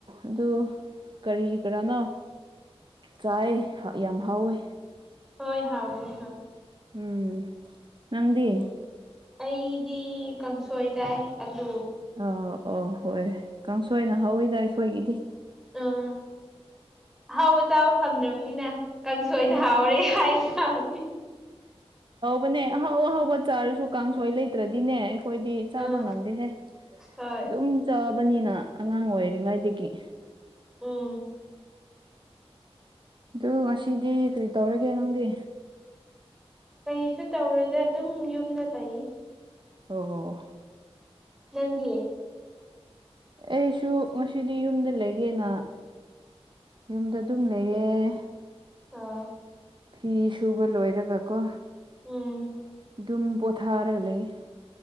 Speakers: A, on the right; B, in the centre.
A: ꯑꯗꯨ ꯀꯔꯤ ꯀꯔꯥꯅꯣ ꯆꯥꯏ ꯌꯥꯝ ꯍꯥꯎꯋꯦ
B: ꯍꯣꯏ ꯍꯥꯎꯕ ꯍꯣꯏ
A: ꯎꯝ ꯅꯪꯗꯤ
B: ꯎꯝ ꯑꯩꯗꯤ ꯀꯥꯡꯁꯣꯏ ꯆꯥꯏ ꯑꯂꯨ
A: ꯑꯧ ꯑꯧ ꯍꯣꯏ ꯀꯥꯡꯁꯣꯏꯅ ꯍꯧꯋꯤꯗ ꯑꯩꯈꯣꯏꯒꯤꯗꯤ
B: ꯎꯝ ꯑꯍꯥꯎꯕ ꯆꯥꯕ ꯐꯪꯗ꯭ꯔꯕꯅꯤꯅ ꯀꯥꯡꯁꯣꯏꯗ ꯍꯥꯎꯔꯦ ꯍꯥꯏꯅ ꯊꯥꯕꯅꯦ
A: ꯍ ꯍꯕ ꯆꯥꯁ ꯑꯁꯨ ꯀꯥꯡꯁꯣꯏ ꯂꯩꯇ꯭ꯔꯗꯤꯅꯦ ꯑꯩꯈꯣꯏꯗꯤ ꯆꯥꯕ
B: ꯎꯝ
A: ꯉꯝꯗꯦꯍꯦ
B: ꯍꯣꯏ
A: ꯑꯗꯨꯝ ꯆꯥꯕꯅꯤꯅ ꯑꯉꯥꯡ ꯑꯣꯏꯔꯤꯉꯩꯗꯒꯤ
B: ꯎꯝ
A: ꯑꯗꯨ ꯉꯁꯤꯗꯤ ꯀꯔꯤ ꯇꯧꯔꯒꯦ ꯅꯪꯗꯤ
B: ꯀꯩꯁꯨ ꯇꯧꯔꯣꯏꯗ ꯑꯗꯨꯝ ꯌꯨꯝꯗ ꯂꯩ
A: ꯑꯣ ꯍꯣ
B: ꯅꯪꯗꯤ
A: ꯑꯩꯁꯨ ꯉꯁꯤꯗꯤ ꯌꯨꯝꯗ ꯂꯩꯒꯦꯅ ꯌꯨꯝꯗ ꯑꯗꯨꯝ ꯂꯩꯌꯦꯦ
B: ꯑꯥ
A: ꯐꯤ ꯁꯨꯕ ꯂꯣꯏꯔꯒꯀꯣ
B: ꯎꯝ
A: ꯑꯗꯨꯝ ꯄꯣꯊꯥꯔꯒ ꯂꯩꯌꯦ